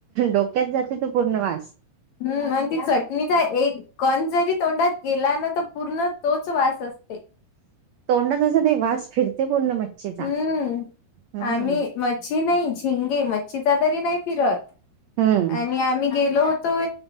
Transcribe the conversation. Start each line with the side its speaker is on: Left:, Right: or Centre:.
Right: डोक्यात जाते तो पूर्ण वास
Left: हम्म आणि ती चटणीचा एक. कण जरी तोंडात गेला ना तर पूर्ण तोच वास असते.
Right: तोंडातस ते वास फिरते बोल ना मच्छेचा
Left: हम्म
Right: ह
Left: आम्ही
Right: ह ह,
Left: मच्छी नाही झिंगे मच्छीचा तरी नाही फिरत.
Right: हम्म.
Left: आणि आम्ही गेलो होतो अ